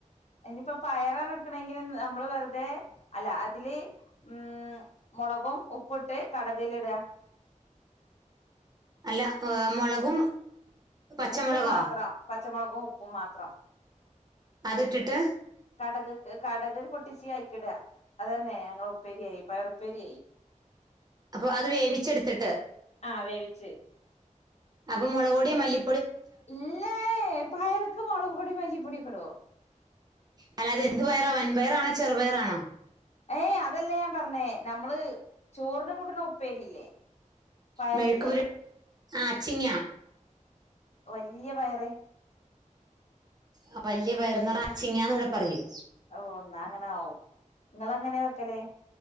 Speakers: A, on the left (about 55°); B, on the right (about 30°).
A: ഇനിപ്പോ പയറാണ് എടുക്കണെങ്കിൽ നമ്മള് തെ, അതില് ഉം മുളകും ഉപ്പുട്ട് കടകിലിടാ <inaudible>
B: അല്ല മ് മുളകും പച്ചമുളകോ
A: ഉപ്പ് മാത്രം പച്ച പച്ചമുളകും ഉപ്പും മാത്രം.
B: അത് ഇട്ടിട്ട്
A: കടക്ക്ക് കടക് പൊട്ടിച്ച് അയിക്കിട. അതന്നെ ഞങ്ങളെ ഉപ്പേരിയായി പയറുപ്പേരിയായി.
B: അപ്പൊ അത് വേവിച്ചെടുത്തിട്ട്
A: ആഹ് വേവിച്ച്
B: അപ്പൊ മുളകൊടിയോ മല്ലി
A: ഇല്ലേ--പയർക്ക് മുളക്പൊടി മല്ലിപ്പൊടിയൊക്കെ ഇടോ?
B: അല്ലാതെ എന്തു പയറാ വൻപയറാണോ ചെറുപയറാണോ?
A: ഏയ് അതല്ലേ ഞാൻ പറഞ്ഞേ നമ്മള് ചോറിനു കൂട്ടുന്ന ഉപ്പേരിയില്ലേ പയറില്ലേ?
B: മെഴുക്ക് പുര ആ അച്ചിങ്ങ്യ.
A: വല്യ പയറ്
B: ആഹ് വല്യ പയറിന് അച്ചിങ്ങ്യ എന്ന് ഇവിടെ പറയും.
A: ഓ ന്നാ അങ്ങനാവും ഇങ്ങളങ്ങനെ വെക്കല്.